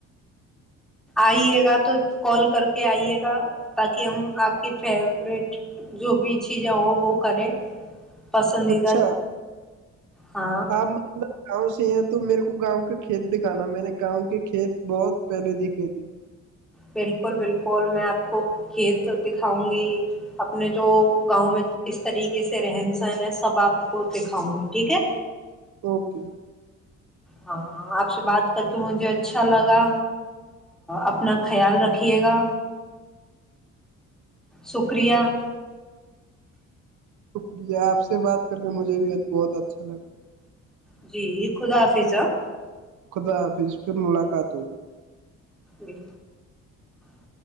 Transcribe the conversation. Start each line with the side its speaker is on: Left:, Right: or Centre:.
Centre: آئیے گا تو کال کر کے آئیے گا تاکہ ہم آپ کی فیورٹ جو بھی چیزیں ہو وہ کریں پسندیدہ
Right: اچھا
Centre: <inaudible> ہاں
Right: آپ مطلب گاؤں سے یہ تو میرے کو گاؤں کا کھیت دکھانا میں نے گاؤں کے کھیت بہت پہلے دیکھے تھے
Centre: بالکل بالکل میں آپ کو کھیت دکھاؤں گی اپنے جو گاؤں میں کس طریقے سے رہن سہن ہے سب آپ کو دکھاؤں گی ٹھیک ہے
Right: اوکے <inaudible>
Centre: ہاں آپ سے بات کر کے مجھے اچھا لگا اپنا خیال رکھیے گا شکریہ <inaudible>
Right: شکریہ آپ سے بات کر کے مجھے بھی بہت اچھا لگا
Centre: جی خدا حافظا
Right: خدا حافظ پھر ملاقات ہوگی
Centre: جی <inaudible>